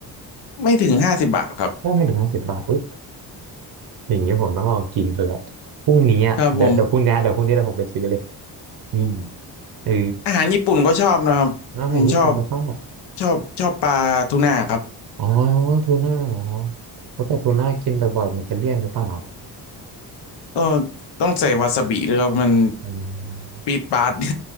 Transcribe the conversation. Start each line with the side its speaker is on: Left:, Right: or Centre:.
Left: ไม่ถึงห้าสิบบาทครับ
Right: ถ้าไม่ถึงห้าสิบบาทอุ้ยอย่างนี้ผมต้องลองกินเถอะแหละพรุ่งนี้อ่ะเดี๋ยวเดี๋ยวพรุ่งนี้เดี๋ยวพรุ่งนี้เดี๋ยวผมไปซื้อเลย
Left: ครับผม
Right: นี่เออ
Left: <laughs> อาหารญี่ปุ่นก็ชอบนะครับผมชอบ
Right: อาหารญี่ปุ่นก็ชอบ
Left: ชอบชอบปลาทูน่าครับ
Right: อ๋อทูน่าเหรอว่าแต่ทูน่ากินบ่อยๆมันจะเลี่ยนหรือเปล่า
Left: ก็ต้องใส่วาซาบิด้วยครับมัน
Right: อืม
Left: ปีดปาด <laughs>